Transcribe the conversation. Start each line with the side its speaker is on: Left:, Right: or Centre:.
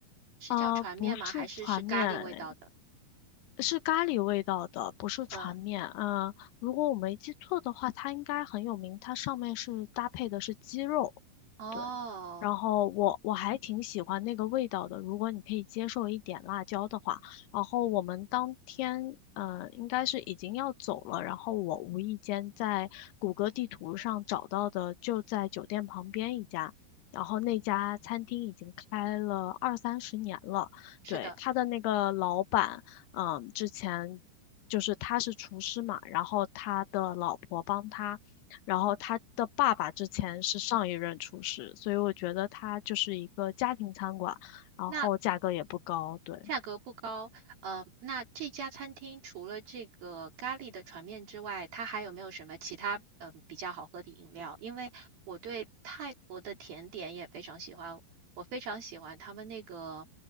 Right: 是叫船面吗？
Left: 呃，不是船面，
Right: 还是是咖喱味道的？
Left: 哎，是咖喱味道的，不是船面。
Right: 嗯，
Left: 嗯，如果我没记错的话，它应该很有名。它上面是搭配的是鸡肉，
Right: 哦，
Left: 对。然后我我还挺喜欢那个味道的，如果你可以接受一点辣椒的话。然后我们当天，嗯，应该是已经要走了。然后我无意间在谷歌地图上找到的，就在酒店旁边一家。然后那家餐厅已经开了二三十年了，
Right: 是的。
Left: 对，他的那个老板。嗯，之前就是他是厨师嘛，然后他的老婆帮他，然后他的爸爸之前是上一任厨师，所以我觉得他就是一个家庭餐馆，然后价格也不高，
Right: 那
Left: 对。
Right: 价格不高，呃，那这家餐厅除了这个咖喱的船面之外，它还有没有什么其他嗯、呃比较好喝的饮料？因为我对泰国的甜点也非常喜欢，我非常喜欢他们那个